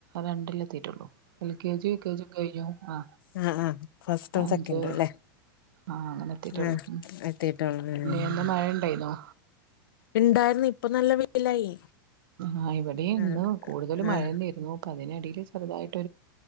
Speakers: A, on the right (about 75°); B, on the left (about 75°).
A: രണ്ടില് എത്തീട്ടൊള്ളു L K G U K gym കയ്ഞ്ഞു ആ
B: അ ആ ഫസ്റ്റും
A: അഞ്ച്
B: സെക്കന്റുംല്ലേ
A: ആ അങ്ങനെ എത്തിയിട്ടുള്ളൂ
B: ആ
A: ഉം
B: എത്തിട്ടൊ <unintelligible>
A: പിന്നെ ഇന്ന് മഴ ഉണ്ടായിന്നോ
B: ഇണ്ടാര്ന്നു ഇപ്പാ നല്ല വെയിലായി
A: ആ ഇവിടെ ഇന്ന്
B: ആഹ്
A: കൂടുതലും മഴന്നെര്ന്നൂ
B: ആഹ്
A: പ്പാ അതിനടേയില് ചെർതായി